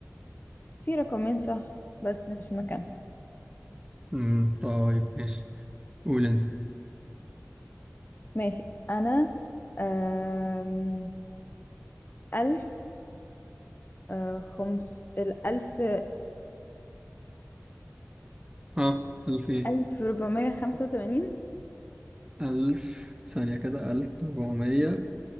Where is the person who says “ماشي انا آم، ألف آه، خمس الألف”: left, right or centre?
Left